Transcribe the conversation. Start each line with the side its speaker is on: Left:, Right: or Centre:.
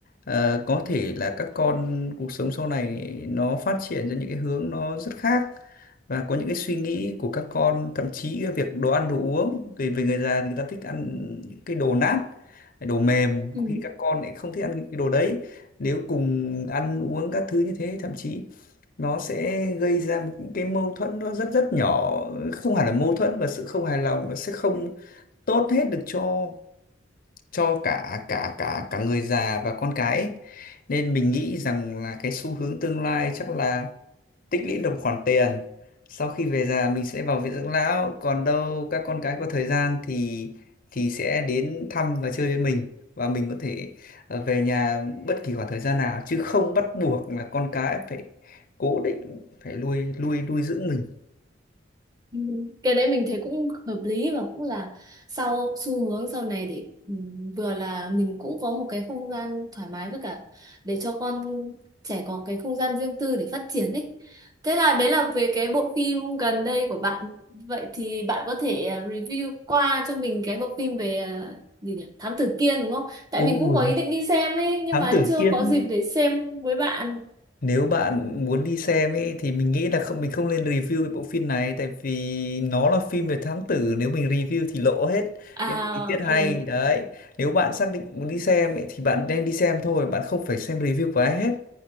Left: ờ, có thể là các con cuộc sống sau này nó phát triển ra những cái hướng nó rất khác và có những cái suy nghĩ của các con thậm chí cái việc đồ ăn đồ uống vì về người già thì người ta thích ăn những cái đồ nát đồ mềm
Right: Ừ.
Left: có khi các con lại không thích ăn những cái đồ đấy nếu cùng ăn uống các thứ như thế thậm chí nó sẽ gây ra một cái mâu thuẫn nó rất rất nhỏ không hẳn là mâu thuẫn và sự không hài lòng nó sẽ không tốt hết được cho cho cả cả cả cả người già và con cái ấy. Nên mình nghĩ rằng là cái xu hướng tương lai chắc là tích lũy được khoản tiền sau khi về già mình sẽ vào viện dưỡng lão còn đâu các con cái có thời gian thì thì sẽ đến thăm và chơi với mình và mình có thể ờ, về nhà bất kỳ khoảng thời gian nào chứ không bắt buộc là con cái phải cố định phải nuôi nuôi nuôi dưỡng mình
Right: Ừ, Cái đấy mình thấy cũng hợp lý và cũng là sau xu hướng sau này để ừ, vừa là mình cũng có một cái không gian thoải mái với cả để cho con trẻ có cái không gian riêng tư để phát triển đấy. Thế là đấy là về cái bộ phim gần đây của bạn. Vậy thì bạn có thể à, review qua cho mình cái bộ phim về à, gì nhỉ? Thám tử Kiên đúng không? Tại
Left: ôi
Right: mình cũng có ý định đi xem ấy nhưng
Left: thám
Right: mà
Left: tử
Right: chưa
Left: kiên
Right: có dịp để xem với bạn.
Left: Nếu bạn muốn đi xem ấy thì mình nghĩ là không mình không nên review cái bộ phim này tại vì nó là phim về thám tử nếu mình review thì lộ hết
Right: À
Left: những cái tình tiết hay
Right: ừ.
Left: đấy. Nếu bạn xác định muốn đi xem ấy, thì bạn nên đi xem thôi, bạn không phải xem review của ai hết.